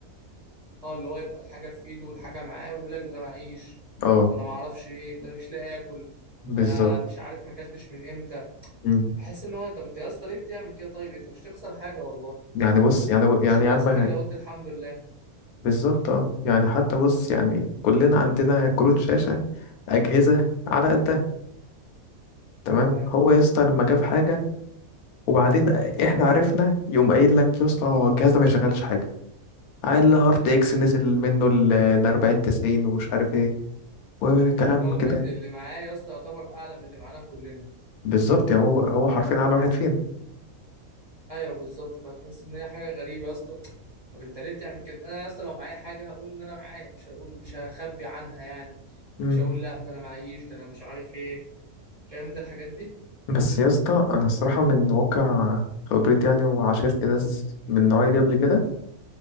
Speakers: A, on the right (about 35°); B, on the left (about 90°).
A: اه اللي هو يبقى الحاجه في ايده والحاجه معاه ويقول لك ده انا معيش
B: اه
A: ده انا ما اعرفش ايه ده انا مش لاقي اكل
B: بالظبط
A: ده انا مش عارف ما اكلتش من امتى
B: مم.
A: بحس ان هو طب انت يا اسطى ليه بتعمل كده طيب انت مش هتخسر حاجه والله
B: يعني بص يعني
A: مش
B: يعني
A: هتخسر
B: يا عم
A: حاجه لو قلت الحمد لله
B: بالظبط اه يعني حتى بص يعني كلنا عندنا كروت شاشة أجهزة على قدها تمام
A: ايوه
B: هو يا اسطى لما جاب حاجة وبعدين احنا عرفنا يقوم قايل لك يا اسطى هو الجهاز ده ما يشغلش حاجة قال ار تي اكس نزل منه ال 40 90 ومش عارف ايه وكلام
A: رغم
B: كده
A: ان اللي معاه يا اسطى يعتبر اعلى من اللي معانا كلنا
B: بالظبط يعني هو هو حرفيا على واحد فينا
A: ايوه بالظبط فتحس ان هي حاجه غريبه يا اسطى طب انت ليه بتعمل كده انا يا اسطى لو معايا حاجه هقول ان انا معايا مش هقول مش هخبي عنها يعني
B: مم.
A: مش هقول لا ده انا معيش ده انا مش عارف ايه فاهم انت الحاجات دي
B: بس يا اسطى انا الصراحة من واقع خبرتي يعني وعاشرت ناس من النوعية دي قبل كده